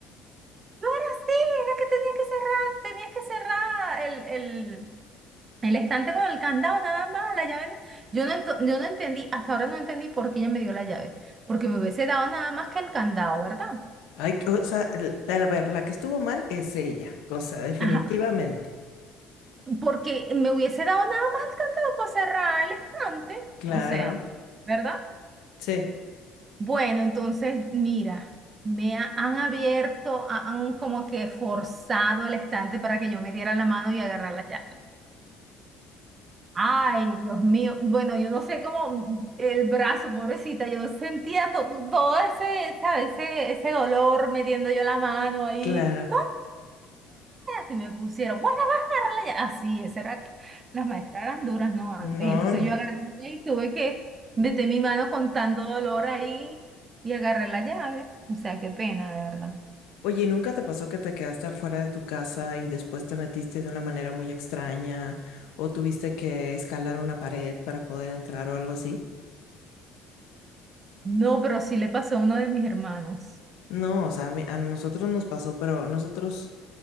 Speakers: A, on the right; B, on the left.
A: tú eras así, era que tenías que cerrar, tenías que cerrar el, el, el estante con el candado, nada más, la llave. Yo no, ento- yo no entendí, hasta ahora no entendí por qué ella me dio la llave, porque me hubiese dado nada más que el candado, ¿verdad?
B: Ay, o sea, el- a ver, la que estuvo mal es ella, o sea, definitivamente.
A: Ajá. Porque me hubiese dado nada más el candado para cerrar el estante.
B: Claro,
A: O sea, ¿verdad?
B: sí,
A: Bueno, entonces, mira, me ha- han abierto, ha- han como que forzado el estante para que yo me diera la mano y agarrar la llave. Ay, Dios mío. Bueno, yo no sé cómo el brazo, pobrecita, yo sentía to- todo ese, ¿sabes? Ese, ese dolor metiendo yo la mano ahí.
B: claro.
A: ¡Ah! y me pusieron, bueno, vas a agarrarla ya. Así, esa era, las maestras eran duras, ¿no? Antes.
B: No,
A: Entonces
B: no.
A: yo agarré y tuve que meter mi mano con tanto dolor ahí y agarré la llave. O sea, qué pena, de verdad.
B: Oye, ¿y nunca te pasó que te quedaste afuera de tu casa y después te metiste de una manera muy extraña o tuviste que escalar una pared para poder entrar o algo así?
A: No, pero sí le pasó a uno de mis hermanos.
B: No, o sea, a mí- a nosotros nos pasó, pero nosotros